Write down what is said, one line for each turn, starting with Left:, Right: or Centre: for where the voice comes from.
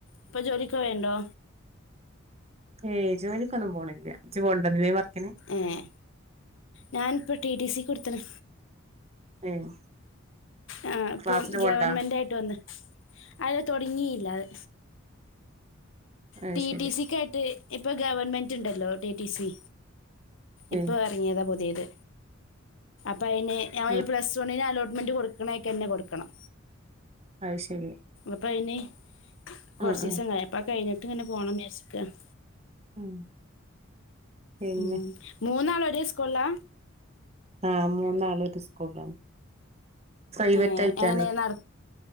Left: ഇപ്പൊ ജോലിക്ക് പോയണ്ടോ
Right: ഏയ് ജോലിക്ക് ഒന്നും പോണില്ല <unintelligible>
Left: ഏഹ് ഞാൻ ഇപ്പൊ ടി ടി സി കൊടുത്തേക്കണ്
Right: ഏഹ്
Left: ആ ഇപ്പൊ
Right: ക്ലാസ്സിന് പോണ്ടാ
Left: ഗവൺമെൻ്റായിട്ട് വന്ന് അതില് തുടങ്ങിയില്ല അത്
Right: അത്
Left: ടി
Right: ശരി
Left: ടി സി ക്കായിട്ട് ഇപ്പൊ ഗവൺമെന്റ് ഉണ്ടല്ലോ ടി ടി സി
Right: ഏഹ്
Left: ഇപ്പൊ ഇറങ്ങിയതാ പുതിയത് ഇപ്പ അതിന് അവര്
Right: ആഹ്
Left: പ്ലസ് വണ്ണിന് അലോട്ട് ഗവൺമെൻ്റ് കൊടുക്കണയ്ക്ക തന്നെ കൊടുക്കണം
Right: അത് ശരി
Left: അപ്പൊ അതിന് കുറച്ച്
Right: ആഹ് ആഹ്
Left: ദിവസം കൈഞ്ഞപ്പ കൈഞ്ഞട്ട് ട്ട് എങ്ങനെ പോണം <unintelligible>
Right: ഉം പിന്നെ
Left: ഉം മൂന്നാള് ഒ ഒരേ സ്കൂളിലാ
Right: ആ മൂന്നാള് ഒരു സ്കൂളിലാണ് പ്രൈവറ്റ്
Left: ഏഹ്
Right: ആയിട്ടാണ്
Left: എങ്ങനെയ നട